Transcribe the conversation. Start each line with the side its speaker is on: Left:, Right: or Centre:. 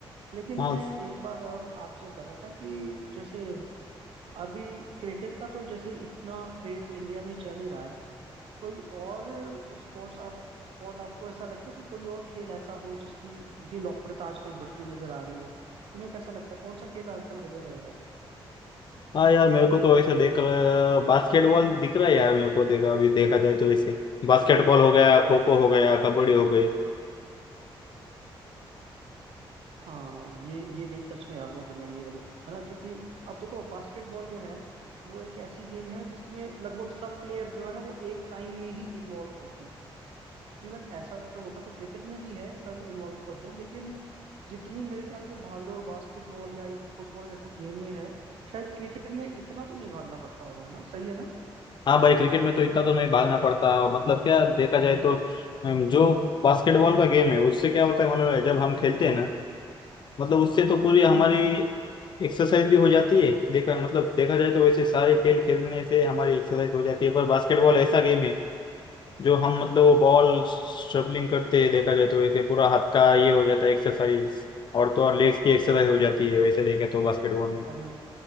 Right: लेकिन
Left: हाँ
Right: मैं एक बात और आपसे कर रहा था कि जैसे अभी क्रिकेट का तो जैसे इतना क्रेज इंडिया में चल ही रहा है कोई और स्पोर्ट्स आप स्पोर्ट आपको ऐसा लगता है कि कोई और खेल ऐसा हो जिसकी भी लोकप्रियता आजकल बढ़ती नजर आ रही हो तुम्हें कैसा लगता है कौन सा खेल आजकल बढ़िया लग रहा है
Left: हाँ यार मेरे को तो ऐसा देख बास्केटबॉल दिख रहा है यार मेरे को देखा अभी देखा जाए तो वैसे बास्केटबॉल हो गया खो खो हो गया कबड्डी हो गई
Right: हाँ ये ये गेम सच में यार बहुत बढ़िया है ये वाली है ना क्योंकि अब देखो बास्केटबॉल जो है वो एक ऐसी गेम है जिसमें लगभग सब प्लेयर जो है ना वो एक टाइम में ही इन्वॉल्व होते हैं इवन ऐसा तो होता तो क्रिकेट में भी है सब इन्वॉल्व होते हैं लेकिन जितनी मेरे ख्याल से भागदौड़ बास्केटबॉल या इस फुटबॉल जैसी गेम में है शायद क्रिकेट में इतना तो नहीं भागना पड़ता होगा है ना सही है ना
Left: हाँ भाई क्रिकेट में तो इतना तो नहीं भागना पड़ता मतलब क्या देखा जाए तो अम, जो बास्केटबॉल का गेम है उससे क्या होता है मालूम है जब हम खेलते हैं ना मतलब उससे तो पूरी हमारी
Right: हम्म हम्म
Left: एक्सरसाइज भी हो जाती है देखा मतलब देखा जाए तो वैसे सारे खेल खेलने से हमारी एक्सरसाइज हो जाती है पर बास्केटबॉल ऐसा गेम है जो हम मतलब वो बॉल शबलिंग करते हैं देखा जाए तो वैसे पूरा हाथ का ये हो जाता है एक्सरसाइज और तो और लेग्स की एक्सरसाइज हो जाती है वैसे देखे तो बास्केटबॉल में
Right: अरे